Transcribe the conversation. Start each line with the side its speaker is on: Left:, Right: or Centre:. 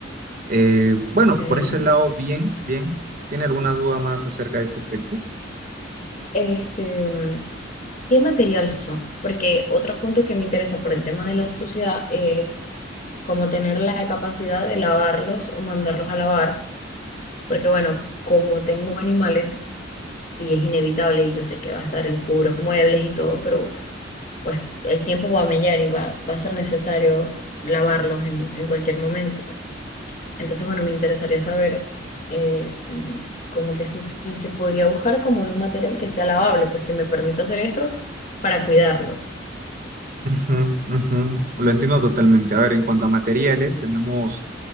Right: Eh, bueno,
Left: Ok.
Right: por ese lado, bien, bien. ¿Tiene alguna duda más acerca de este aspecto?
Left: Este, mm, ¿Qué material son? Porque otro punto que me interesa por el tema de la suciedad es como tener la capacidad de lavarlos o mandarlos a lavar, porque bueno, como tengo animales y es inevitable y yo sé que va a estar el cubre muebles y todo, pero pues el tiempo va a mellar y va, va a ser necesario lavarlos en, en cualquier momento. Entonces, bueno, me interesaría saber eh, si como que si, si se podría buscar como de un material que sea lavable, pues que me permita hacer esto para cuidarlos.
Right: Ujú, ujú. Lo entiendo totalmente. A ver, en cuanto a materiales, tenemos